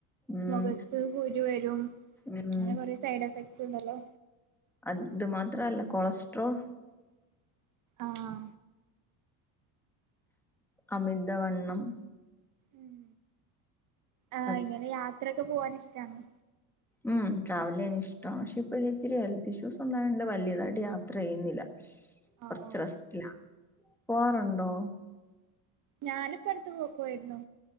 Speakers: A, in the centre; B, on the right.
A: ഉം
B: മൊഖത്ത് കുരു വരും
A: ഉം
B: അങ്ങനെ കൊറെ സൈഡ് എഫക് ട്ണ്ടല്ലോ.
A: അത് മാത്രല്ല കൊളസ്ട്രോൾ
B: ആഹ്.
A: അമിത വണ്ണം.
B: ഉം. ആഹ്
A: അത്
B: ഇങ്ങനെയാ ത്രക്കെ പോവാനിഷ്ടാണോ.
A: ഉം ട്രാവലിയ്യാൻ ഇഷ്ടാണ് പക്ഷെ ഇപ്പൊഴ് ഇത്തിരി ഹെൽത്ത് ഇഷ്യൂസ് ഉണ്ടായോണ്ട് വലിയതായിട്ട് യാത്ര ചെയ്യുന്നില്ല.
B: ആ
A: കൊറച്ച്
B: ഓ
A: റെസ്റ്റിലാ പോവാറുണ്ടോ.
B: ഞാനിപ്പ അടുത്ത് പോ പോയിരുന്നു.